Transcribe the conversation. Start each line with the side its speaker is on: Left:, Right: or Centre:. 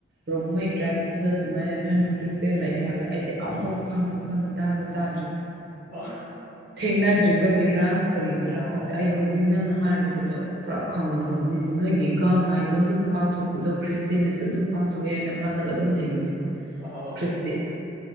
Right: ꯔꯣꯡꯃꯩ ꯇ꯭ꯔꯥꯏꯞꯇꯁꯨ ꯁꯁꯨꯃꯥꯏꯅ ꯅꯟ ꯈ꯭ꯔꯤꯁꯇꯦꯟ ꯂꯩꯒꯦ ꯍꯥꯏꯕꯗ ꯑꯩꯗꯤ ꯑꯐꯥꯎ ꯈꯪꯁꯨ ꯈꯪꯗꯦ ꯇꯥꯖ ꯇꯥꯗ꯭ꯔꯤ
Centre: ꯑꯣ
Right: ꯊꯦꯡꯅꯗ꯭ꯔꯤꯕꯒꯤꯔ ꯀꯔꯤꯒꯤꯔꯥ
Centre: ꯑꯣ
Right: ꯈꯪꯗꯦ ꯑꯩ ꯍꯧꯖꯤꯛ ꯅꯪꯅ ꯍꯥꯏꯔꯛꯄꯗ ꯄꯨꯔꯥ ꯈꯪꯈ꯭ꯔꯕꯅꯤꯅꯦ ꯅꯣꯏꯒꯤ ꯒꯥꯡ ꯉꯥꯏꯗꯣ ꯑꯗꯨꯝ ꯄꯥꯡꯊꯣꯛꯄꯗꯣ ꯈ꯭ꯔꯤꯁꯇꯤꯟꯅꯁꯨ ꯑꯗꯨꯝ ꯄꯥꯡꯊꯣꯛꯑꯦꯅ ꯈꯜꯂꯒ ꯑꯗꯨꯝ ꯂꯩꯕꯅꯦꯕ
Centre: ꯑꯣ
Right: ꯈ꯭ꯔꯤꯁꯇ